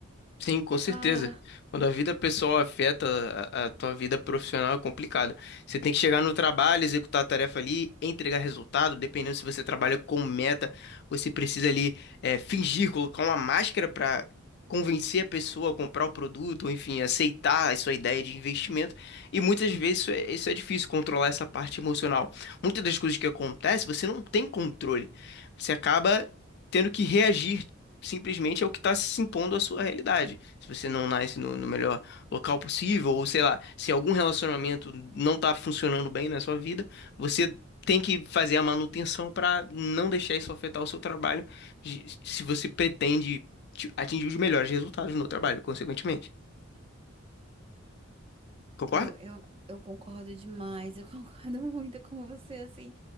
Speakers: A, on the left; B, on the right.
A: Sim, com certeza.
B: Ah,
A: Quando a vida pessoal afeta a, a tua vida profissional é complicado. Você tem que chegar no trabalho, executar a tarefa ali, entregar resultado, dependendo se você trabalha com meta, você precisa ali é, fingir, colocar uma máscara para convencer a pessoa a comprar o produto, ou enfim, aceitar a sua ideia de investimento. E muitas vezes isso é, isso é difícil, controlar essa parte emocional. Muitas das coisas que acontecem, você não tem controle. Você acaba tendo que reagir simplesmente é o que está se impondo à sua realidade. Se você não nasce no, no melhor local possível, ou sei lá, se algum relacionamento não está funcionando bem na sua vida, você tem que fazer a manutenção para não deixar isso afetar o seu trabalho, de- se você pretende ti- atingir os melhores resultados no trabalho, consequentemente. Concorda?
B: Eu, eu, eu concordo demais, eu <laughs> concordo muito com você, assim.